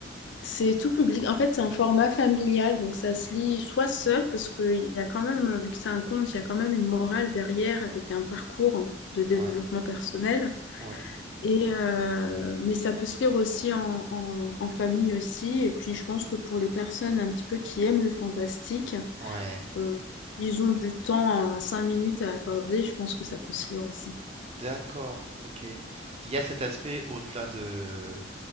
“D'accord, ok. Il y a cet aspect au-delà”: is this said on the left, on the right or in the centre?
Right